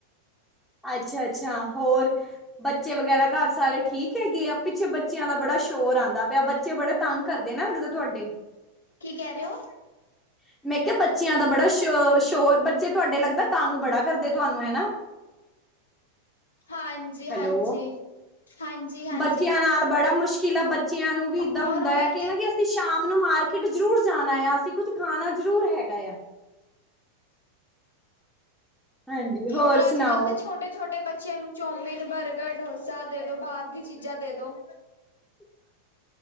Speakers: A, in the centre; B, on the left.
A: ਅੱਛਾ, ਅੱਛਾ ਹੋਰ ਬੱਚੇ ਵਗੈਰਾ ਘਰ ਸਾਰੇ ਠੀਕ ਹੈਗੀ ਆ ਪਿੱਛੇ ਬੱਚਿਆਂ ਦਾ ਬੜਾ ਸ਼ੋਰ ਆਂਦਾ ਪਿਆ ਬੱਚੇ ਬੜੇ ਤੰਗ ਕਰਦੇ ਨਾ ਲਗਦਾ ਤੁਹਾਡੇ
B: ਕੀ ਕਹਿ ਰਹੇ ਹੋ
A: <inaudible> ਮੈਂ ਕਿਹਾ ਬੱਚਿਆਂ ਦਾ ਬੜਾ ਸ਼ ਸ਼ੋਰ ਬੱਚੇ ਤੁਹਾਡੇ ਲੱਗਦਾ ਤੰਗ ਬੜਾ ਕਰਦੇ ਤੁਹਾਨੂੰ ਹਨਾ
B: ਹਾਂਜੀ,
A: ਹੈਲੋ।
B: ਹਾਂਜੀ ਹਾਂਜੀ ਹਾਂਜੀ
A: ਬੱਚਿਆਂ ਨਾਲ ਬੜਾ ਮੁਸ਼ਕਿਲ ਆ ਬੱਚਿਆਂ ਨੂੰ ਵੀ ਇਦਾ
B: ਹੋਰ
A: ਹੁੰਦਾ
B: ਉਹੀ
A: ਆ ਕਿ ਨਾ ਕਿ ਤੇ ਸ਼ਾਮ ਨੂੰ ਮਾਰਕੀਟ ਜਰੂਰ ਜਾਨਾ ਆ ਅਸੀਂ ਕੁੱਛ ਖਾਨਾ ਜ਼ਰੂਰ ਹੈਗਾ ਆ ਹਾਂਜੀ ਹੋਰ
B: ਓ ਅੱਜ
A: ਸੁਣਾਓ
B: ਕਲ ਤੇ ਛੋਟੇ ਛੋਟੇ ਬੱਚਿਆਂ ਨੂੰ ਚੌਮਿਨ, ਬਰਗਰ, ਡੋਸਾ ਦੇ ਦੋ। ਬਾਹਰ ਦੀ ਚੀਜ਼ਾਂ ਦੇ ਦੋ
A: <inaudible>